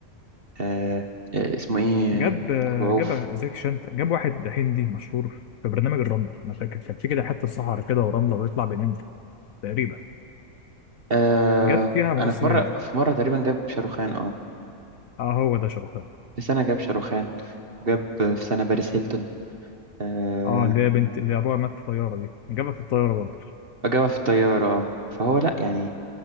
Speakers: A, on the right; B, on the left.
A: آه... اسمه إيه
B: جاب آه،
A: أبو عوف
B: جاب زاك شانت جاب واحد هندي مشهور في برنامج الرمله انا فاكر كان في كده حته صحراء كده ورمله ويطلع بينام تقريبا
A: آه
B: جاب فيها ممثل
A: انا في مره
B: هندي
A: في مره تقريبا جاب شاروخان اه
B: اه هو ده شرفان
A: في سنه جاب شاروخان وجاب في سنه باريس هيلتون آه
B: اه اللي هي بنت اللي ابوها مات في الطياره دي جابها في الطياره برضه
A: وجابها في الطياره اه فهو لا يعني